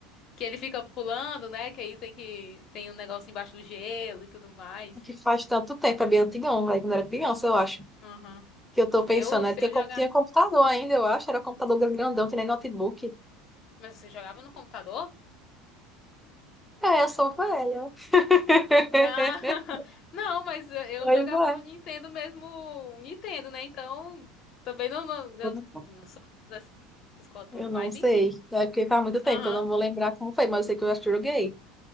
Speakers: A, on the left; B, in the centre.
A: Que ele fica pulando, né? Que aí tem que tem um negócio embaixo do gelo e tudo mais.
B: É Que faz tanto tempo, é bem antigão, velho, quando eu era criança, eu acho.
A: Aham.
B: Que eu tô
A: Se
B: pensando,
A: eu
B: né?
A: se
B: Tinha,
A: eu
B: com-
A: jogar,
B: tinha computador ainda, eu acho. Era computador grandão, tinha nem notebook.
A: mas você jogava no computador?
B: É, eu sou velha. <laughs>
A: Ah, <laughs> não, mas eu
B: Pois
A: jogava
B: é.
A: no Nintendo mesmo, Nintendo, né? Então também não não,
B: Eu
A: eu
B: não
A: não sou dessas coisas todas,
B: eu não
A: mas
B: sei.
A: enfim.
B: É porque faz muito tempo,
A: Aham.
B: eu não vou lembrar como foi, mas eu sei que eu acho que eu joguei.